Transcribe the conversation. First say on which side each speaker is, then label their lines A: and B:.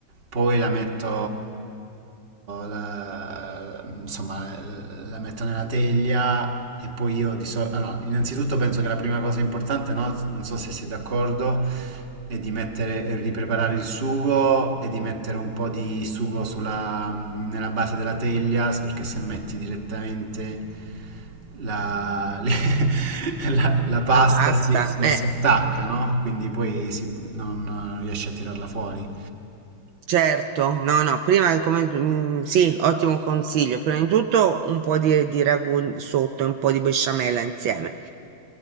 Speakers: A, on the right; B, on the right.
A: poi la metto, la- insomma, la metto nella teglia e poi io di solito... Allora, innanzitutto penso che la prima cosa importante, no? Non so se sei d'accordo e di mettere, e di preparare il sugo e di mettere un po' di sugo sulla, nella base della teglia, perché se metti direttamente la, le- <laughs> la- la pasta
B: La pasta,
A: si, si
B: eh.
A: si attacca, no? Quindi poi si- non, non riesci a tirarla fuori.
B: Certo, no, no, prima come, mm, sì, ottimo consiglio. Prima di tutto un po' di, di ragù sotto e un po' di besciamella insieme.